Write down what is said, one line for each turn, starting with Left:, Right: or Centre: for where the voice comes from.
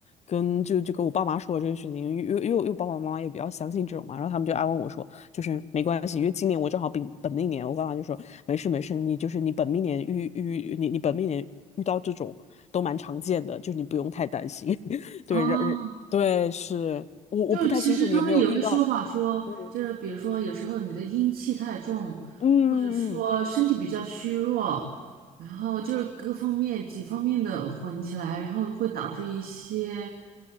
Left: 跟就就跟我爸妈说了这个事情，因为因为因为因为爸爸妈妈也比较相信这种嘛，然后他们就安慰我说，就是没关系，因为今年我正好本本命年，我爸妈就说没事没事，你就是你本命年遇遇你你本命年遇到这种都蛮常见的，就是你不用太担心。<laughs> 对，
Right: 哦
Left: 然对，是我我不太清楚你有没有遇到，
Right: 就是其实他们有个说法说，
Left: 嗯
Right: 就是比如说有时候你的阴气太重，
Left: 嗯嗯，
Right: 或者说身体比较虚弱，然后就是各方面几方面的混起来，然后会导致一些